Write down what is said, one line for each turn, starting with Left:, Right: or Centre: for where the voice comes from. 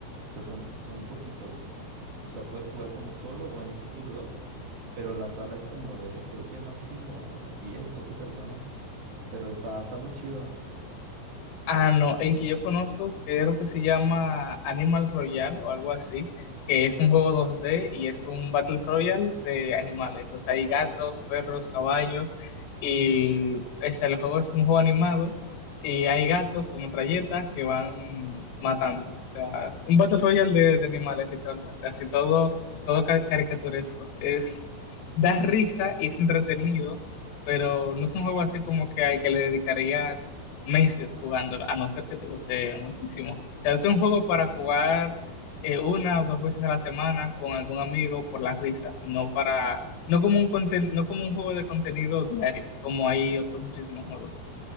Right: O sea, son, son poquitos. so- O sea, puedes jugar como solo o en equipos de dos, pero la sala es como de, creo que máximo 10, 12 personas, pero está, está muy chido.
Left: Ah, no, el que yo conozco creo que se llama Animal Royale o algo así, que es un juego 2D y es un Battle Royale de animales. O sea, hay gatos, perros, caballos y o sea, el juego es un juego animado y hay gatos como metralletas que van matando. O sea, un Battle Royale de, de animales literalmente, así todo, todo ca- caricaturesco. Es, da risa y es entretenido, pero no es un juego así como que al que le dedicarías meses jugándolo, a no ser que te guste muchísimo. O sea, es un juego para jugar eh, una o dos veces a la semana con algún amigo por la risa, no para, no como un conten- no como un juego de contenido diario, como hay otros muchísimos juegos.